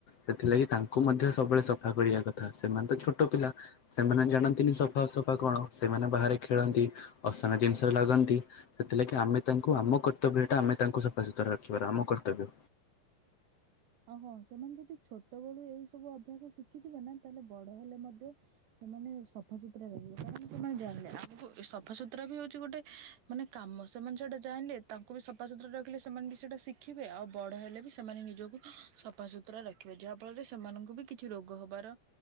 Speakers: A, on the left; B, on the right.
A: ସେଥିଲାଗି ତାଙ୍କୁ ମଧ୍ୟ ସବୁବେଳେ ସଫା କରିବା କଥା। ସେମାନେ ତ ଛୋଟ ପିଲା। ସେମାନେ ଜାଣନ୍ତିନି ସଫା ଅସଫା କଣ, ସେମାନେ ବାହାରେ ଖେଳନ୍ତି, ଅସନା ଜିନିଷରେ ଲାଗନ୍ତି। ସେଥିଲାଗି ଆମେ ତାଙ୍କୁ ଆମ କର୍ତ୍ତବ୍ୟ ଟା ଆମେ ତାଙ୍କୁ ସଫାସତୁରା ରଖିବାର ଆମ କର୍ତ୍ତବ୍ୟ।
B: ଆଉ ହଁ ସେମାନେ ଯଦି ଛୋଟ ବେଳୁ ଏଇ ସବୁ ଅଭ୍ୟାସ ଶିଖିଯିବେ ନା ତାହେଲେ ବଡ ହେଲେ ମଧ୍ୟ ସେମାନେ ସଫାସୁତୁରା ରହିବେ କାରଣ ସେମାନେ ଜାଣିଲେ ଆମକୁ ସଫାସୁତୁରା ବି ହଉଛି ଗୋଟେ ମାନେ କାମ। ସେମାନେ ସେଇଟା ଜାଣିଲେ ତାଙ୍କୁ ବି ସଫାସୁତୁରା ରଖିଲେ ସେମାନେ ବି ସେଇଟା ଶିଖିବେ ଆଉ ବଡ଼ ହେଲେ ବି ସେମାନେ ନିଜକୁ ସଫାସତୁରା ରଖିବେ। ଯାହା ଫଳରେ ସେମାନଙ୍କୁ ବି କିଛି ରୋଗ ହବାର